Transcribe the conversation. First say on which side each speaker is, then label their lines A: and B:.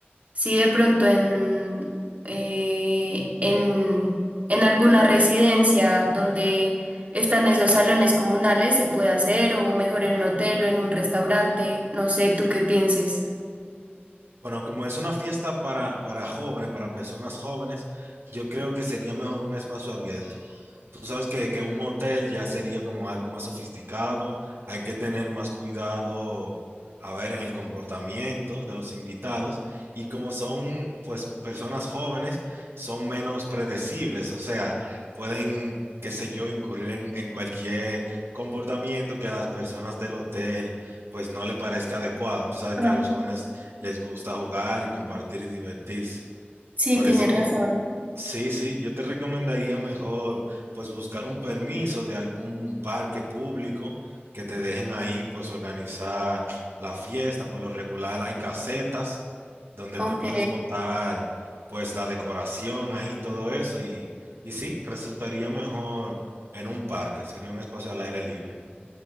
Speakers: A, on the right; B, on the right.
A: si de pronto en, eh, en, en alguna residencia donde están esos salones comunales se puede hacer o mejor en un hotel o en un restaurante. No sé, ¿tú qué pienses?
B: Bueno, como es una fiesta para, para jóvenes, para personas jóvenes, yo creo que sería mejor un espacio abierto. Tú sabes que, que un hotel ya sería como algo más sofisticado, hay que tener más cuidado, a ver, en el comportamiento de los invitados y como son pues personas jóvenes, son menos predecibles, o sea, pueden, qué sé yo, incurrir en, en cualquier comportamiento que a las personas del hotel pues no le parezca adecuado. Tú sabes
A: Ah,
B: que a los jóvenes les gusta jugar y compartir y divertirse.
A: Sí,
B: Por
A: tienes
B: eso,
A: razón.
B: sí, sí, yo te recomendaría mejor pues buscar un permiso de algún parque público que te dejen ahí pues organizar la fiesta. Por lo regular hay casetas donde
A: Ok.
B: tú puedes montar pues la decoración ahí, todo eso y, y sí, resultaría mejor en un parque, sería un espacio al aire libre.